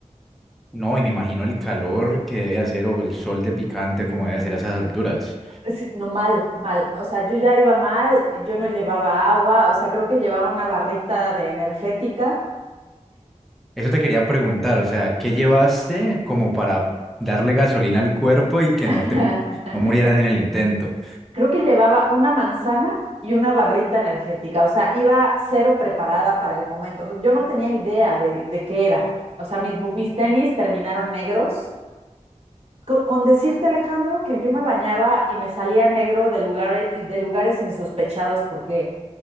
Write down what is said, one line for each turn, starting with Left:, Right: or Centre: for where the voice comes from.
Centre: No, y me imagino el calor que debe hacer o el sol de picante como debe ser a esas alturas.
Right: Sí, No, mal, mal. O sea, yo ya iba mal, yo no llevaba agua, o sea, creo que llevaba una barrita de energética,
Centre: Eso te quería preguntar, o sea, ¿qué llevaste como para darle gasolina al cuerpo y que
Right: <laughs>
Centre: no te no murieras en el intento?
Right: creo que llevaba una manzana y una barrita energética, o sea, iba cero preparada para el momento. Yo no tenía idea de, de qué era. O sea, mis, bu- mis tenis terminaron negros Co- Con decirte, Alejandro, que yo me bañaba y me salía negro de lugares, de lugares insospechados porque